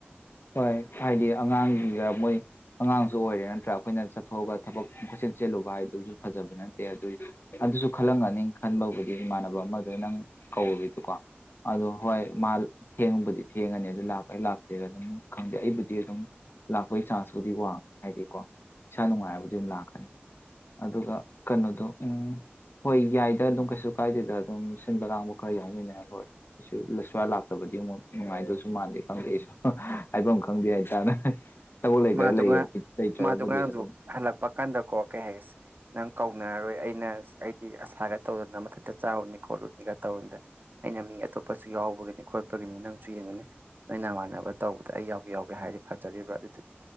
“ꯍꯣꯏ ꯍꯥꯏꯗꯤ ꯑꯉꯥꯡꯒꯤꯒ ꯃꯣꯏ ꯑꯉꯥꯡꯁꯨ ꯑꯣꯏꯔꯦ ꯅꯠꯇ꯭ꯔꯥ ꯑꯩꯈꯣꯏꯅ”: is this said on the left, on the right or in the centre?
Left